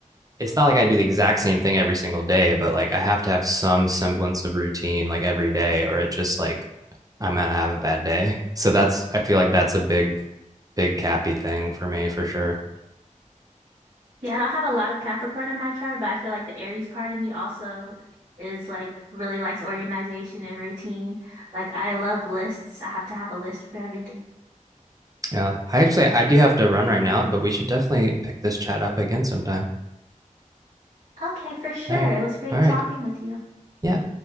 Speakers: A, on the right (about 25°); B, on the right (about 75°).
A: it's not like i do the exact same thing every single day but like i have to have some semblance of routine like every day or it just like i'm gonna have a bad day <laughs> so that's i feel like that's a big big cappy thing for me for sure
B: Yeah, I don't have a lot of Capricorn in my chart, but I feel like the Aries part of me also is like really likes organization and routine. Like I love lists. I have to have a list for everything.
A: Yeah, I actually I do have to run right now, but we should definitely pick this chat up again sometime.
B: Okay, for sure.
A: All right.
B: It was great
A: All right.
B: talking with you.
A: Yeah.